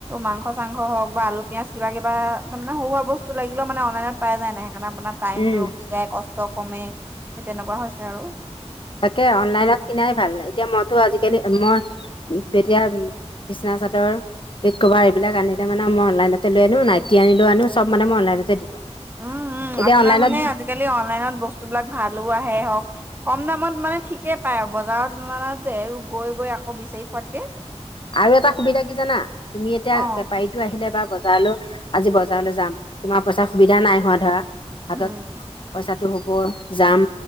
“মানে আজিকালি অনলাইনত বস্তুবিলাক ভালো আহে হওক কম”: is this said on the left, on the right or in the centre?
Right